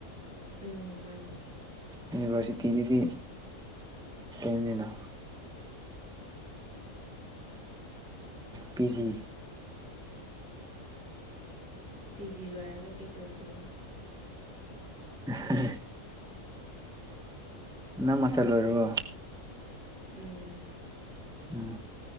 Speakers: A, on the right; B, in the centre.
A: ꯎꯝ ꯃꯥꯅꯦ
B: ꯌꯨꯅꯤꯚꯔꯁꯤꯇꯤꯒꯤꯗꯤ ꯀꯩꯅꯤꯅ ꯄꯤ ꯖꯤ
A: ꯄꯤ ꯖꯤ ꯂꯣꯏꯔꯒ ꯀꯩ ꯇꯧꯒꯦ
B: <unintelligible> ꯅꯪ ꯃꯁꯥꯇꯔ ꯂꯣꯏꯔꯕꯣ
A: ꯎꯝ
B: ꯎꯝ